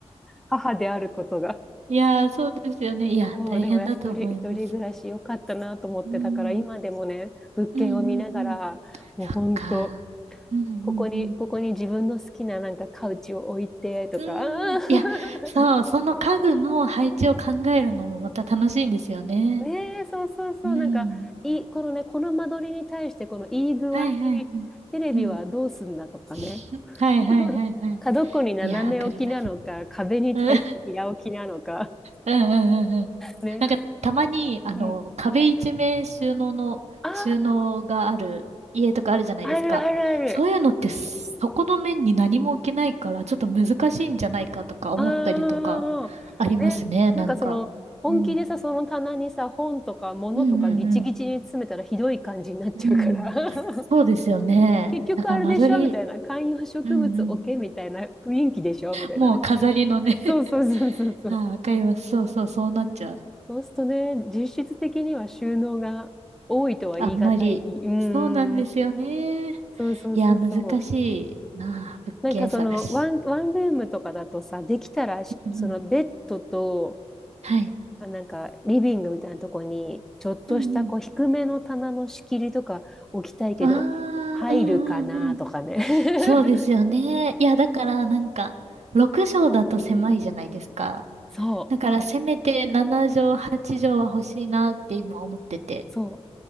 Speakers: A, in the centre; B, on the right.
A: 母であることが。
B: いやー、そうですよね。いや、
A: そう、
B: 大変だと思います。
A: でも一人、一人暮らし良かったなと思って、
B: うん。
A: だから今でもね、物件を見ながら、
B: うんうんうん。
A: もう本当、
B: そっか。うんうん
A: ここに、ここに自分の好きななんかカウチを置いてとか、
B: うん。
A: あー
B: うん。いや、そう、その家具の配置を考えるのもまた楽しいんですよね。
A: <laughs> ねえ、そうそうそう、
B: うん。
A: なんか、いい、このね、この間取りに対して、このいい具合に、
B: はいはいはい。
A: テレビはどうすんだとかね、
B: うん。<laughs>
A: <laughs>
B: はいはいはいはい。
A: 角っこに斜め置きなのか、
B: いや、わかります。
A: 壁に対して平置きなのか。
B: うんうんうんうんうん。
A: ね、
B: なんか、たまに、あの、
A: うん。
B: 壁一面収納の、
A: ああ、
B: 収納がある家とかあるじゃないですか。
A: あるあるある。
B: そういうのって、そこの面に何も置けないから、ちょっと難しいんじゃないかとか思ったりとか、
A: ああ、
B: ありますね、
A: ね。
B: なんか。
A: なんかその、本気でさ、
B: うん。
A: その棚にさ、本とか物とかギチギチに詰めたらひどい感じになっちゃうから。
B: うんうんうん。うん。
A: <laughs>
B: そうですよね。
A: 結局あれでしょみたいな。
B: だから間取り、
A: 観葉植物置けみたいな雰囲気でしょみたいなね。
B: うんうん。もう飾りのね <laughs>
A: そうそうそうそうそう。
B: ああわかります。そうそう、そうなっちゃう。
A: そうするとね、実質的には収納が多いとは言い難い。
B: あんまり。
A: うんん。
B: そうなんですよね。
A: そうそうそうそう。
B: いや、難しいなあ、物件探し。
A: なんかそのワン、ワンルームとかだとさ、できたらしそのベッドと
B: うんうんはい。
A: あなんか、リビングみたいなとこに、ちょっとしたこう低めの棚の仕切りとか置きたいけど、
B: うんうんあ
A: 入るかなとかね。
B: あ、うんうんうん。
A: <laughs>
B: そうですよね。いや、だからなんか、6畳だと狭いじゃないですか。
A: そう、
B: だからせめて7畳、8畳は欲しいなって今思ってて。
A: そう。